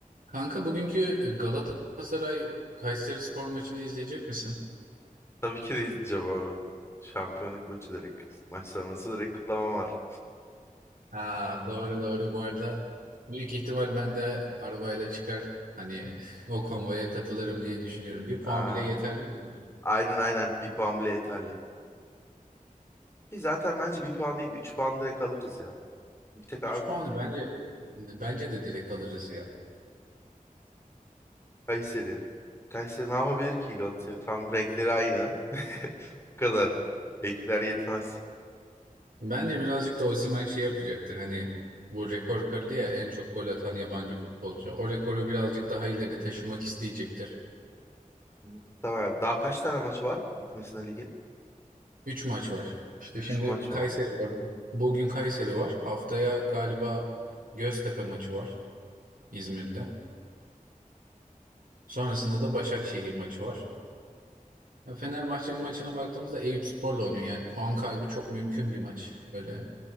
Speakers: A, on the right; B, on the left.
A: Kanka bugünkü e, Galatasaray Kayserispor maçını izleyecek misin?
B: Tabii ki de izleyeceğim abi. Şampiyonluk maçı direkt. Maç sonrası direkt kutlama var.
A: Ha, Doğru doğru bu arada büyük ihtimal ben de arabayla çıkar hani <laughs> o konvoya katılırım diye düşünüyorum. Bir puan
B: Aa,
A: bile yeterli bizim için.
B: aynen aynen. Bir puan bile yeterli. Ki zaten bence bir puan değil. Üç puan direkt alırız ya. Bir tek
A: Üç
B: abi
A: puanı bence bence de direkt alırız ya.
B: Kayseri. Kayseri ne yapabilir ki Galatasaray? Tam renkleri aynı. <laughs> Bu kadar. Renkler yetmez.
A: Bence birazcık da Osimhen şey yapacaktır hani bu rekor kırdı ya en çok gol atan yabancı futbolcu. O rekoru birazcık daha ileri taşımak isteyecektir.
B: Muhtemelen. Daha kaç tane maç var gitmesine ligin?
A: 3 maç var. İşte
B: Üç
A: şimdi
B: maç
A: Kayseri
B: var.
A: var. Bugün Kayseri var. Haftaya galiba Göztepe maçı var İzmir'de. Sonrasında da Başakşehir maçı var. Ya Fenerbahçe'nin maçına baktığımızda Eyüpspor'la oynuyor. Yani puan kaybı çok mümkün bir maç. Öyle